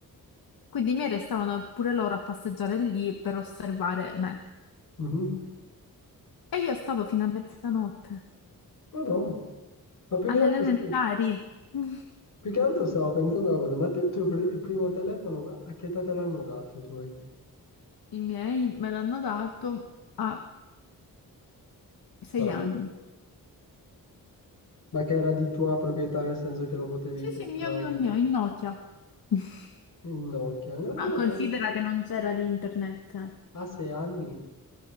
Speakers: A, on the left; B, on the left.
A: Quindi mi restavano pure loro a passeggiare lì per osservare me.
B: mhm.
A: E io stavo fino a mezzanotte,
B: No, no, ma più
A: alle
B: che altro,
A: elementari.
B: st-
A: <laughs>
B: più che altro stavo pensando una cosa, ma te il tuo pri- il primo telefono, a che età te l'hanno dato i tuoi?
A: I miei me l'hanno dato a sei
B: Ora
A: anni.
B: no. Ma che era di tua proprietà, nel senso che lo potevi
A: Sì,
B: portare?
A: sì, mio, mio, mio, in Nokia. <laughs>
B: Nokia, no,
A: Ma
B: io
A: considera
B: penso...
A: che non c'era l'internet.
B: a sei anni?